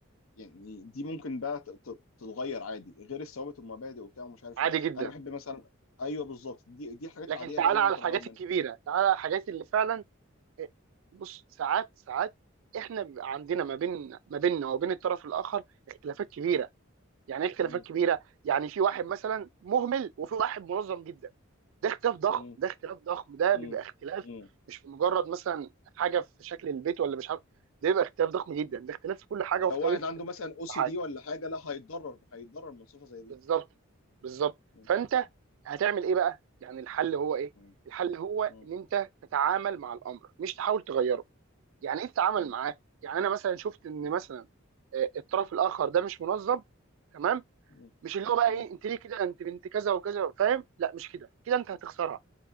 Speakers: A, on the left; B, on the right.
A: يعني دي ممكن بقى ت- ت- تتغير عادي غير الثوابت والمبادئ وبتاع ومش عارف
B: عادي
A: ايه
B: جدا
A: انا بحب مثلا ايوه بالظبط دي دي الحاجات
B: لكن
A: العاديه
B: تعالى
A: بقى اللي
B: على
A: انا ممكن
B: الحاجات
A: اغير منها
B: الكبيره تعالى على الحاجات اللي فعلا إيه، بص ساعات ساعات احنا بيبقى عندنا ما بين ما بيننا وبين الطرف الاخر اختلافات كبيره يعني ايه اختلافات
A: مم.
B: كبيره يعني في واحد مثلا مهمل وفي واحد منظم جدا ده اختلاف ضخم
A: مم.
B: ده اختلاف ضخم ده
A: مم.
B: بيبقى اختلاف
A: مم.
B: مش في مجرد مثلا حاجه في شكل البيت ولا مش عارف ده بيبقى اختلاف ضخم جدا ده اختلاف في كل حاجه
A: ولو
B: وفي طريقه
A: واحد عنده
B: التفكير
A: مثلا او سي
B: في حاجه
A: دي ولا حاجه لا هيتضرر هيتضرر من صفه زي دي
B: بالظبط بالظبط
A: مم.
B: فانت هتعمل ايه بقى يعني الحل هو ايه
A: مم.
B: الحل هو
A: مم.
B: ان انت تتعامل مع الامر مش تحاول تغيره يعني ايه تتعامل
A: مم.
B: معاه يعني انا مثلا شفت ان
A: مم.
B: مثلا آه، الطرف الاخر ده مش منظم تمام
A: مم.
B: مش اللي هو بقى
A: مم.
B: ايه انت ليه كده انت بنت كذا وكذا فاهم لا مش كده كده انت
A: مم.
B: هتخسرها